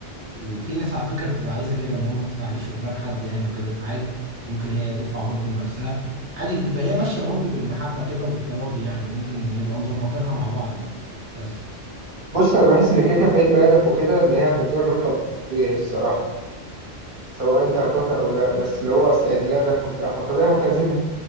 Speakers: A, on the right; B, on the right.
A: وفي ناس على فكرة بتبقى عايزة كده ان هو ما تدفعليش قدام حد يعني وكده فعادي ممكن هي تدفع برضه لنفسها عادي بتبقى هي ماشية برضه بالمحبة كده وبالتراضي يعني ممكن نبقى مظبطينها مع بعض يعني بس
B: بص انا بحس ان كيكه في عيد ميلادك وكده اللي هي تقديمك ده الطبيعي الصراحه سواء انت هتوافق او لا بس اللي هو اصل عيد ميلادك وبتاع فطبيعي هتعزمك